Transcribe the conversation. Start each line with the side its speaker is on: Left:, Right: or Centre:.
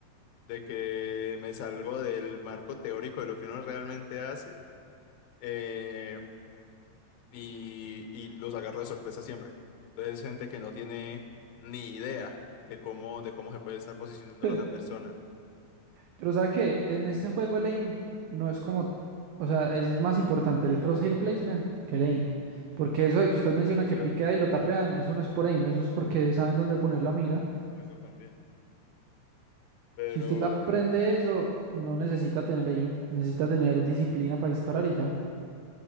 Left: De que me salgo del marco teórico de lo que uno realmente hace eh, y, y los agarro de sorpresa siempre. Entonces, gente que no tiene ni idea de cómo, de cómo se puede estar posicionando
Right: <laughs>
Left: la otra persona.
Right: Pero ¿sabe qué? En este juego el aim no es como, o sea, es más importante el crosshair placement que el aim. Porque eso de que usted menciona
Left: No es
Right: que
Left: cierto,
Right: piquea y lo tapean, eso no es por aim, eso es porque saben dónde poner la mira.
Left: eso también. Pero...
Right: Si usted aprende eso, no necesita tener aim, necesita tener disciplina para disparar y ya.